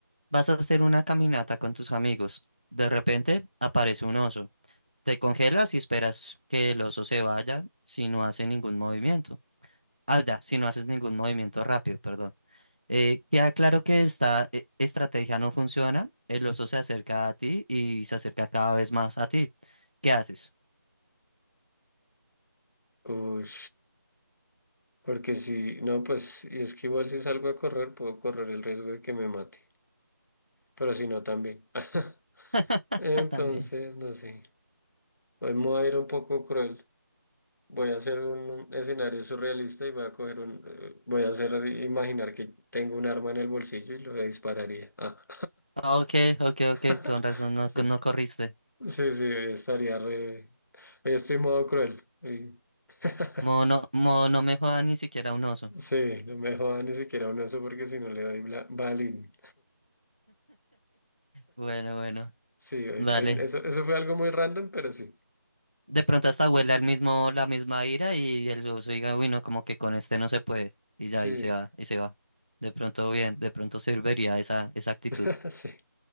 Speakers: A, on the right; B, on the left.
A: Vas a hacer una caminata con tus amigos. De repente aparece un oso. Te congelas y esperas que el oso se vaya si no hace ningún movimiento. Ah, ya, si no haces ningún movimiento rápido, perdón. Eh, queda claro que esta eh, estrategia no funciona. El oso se acerca a ti y se acerca cada vez más a ti. ¿Qué haces?
B: Uy, porque si no, pues, y es que igual si salgo a correr, puedo correr el riesgo de que me mate. Pero si no, también.
A: <laughs>
B: <laughs> Entonces,
A: También.
B: no sé. Hoy me voy a ir un poco cruel. Voy a hacer un escenario surrealista y voy a coger un, eh, voy a hacer imaginar que tengo un arma en el bolsillo y lo dispararía. Ah.
A: Ok, ok,
B: <laughs>
A: ok, con razón no,
B: Sí,
A: no corriste.
B: sí, sí, hoy estaría re, hoy estoy modo cruel. hoy- <laughs>
A: Modo no, modo no me joda ni siquiera un oso.
B: Sí, no me joda ni siquiera un oso porque si no le doy bla- balín.
A: Bueno, bueno.
B: Sí, hoy-
A: dale
B: hoy- eso, eso fue algo muy random, pero sí.
A: De pronto hasta huele al mismo, la misma ira y el oso diga, uy, no, como que con este no se puede. Y ya,
B: Sí,
A: y se va, y se va. De pronto, bien, de pronto serviría esa, esa actitud.
B: <laughs> sí,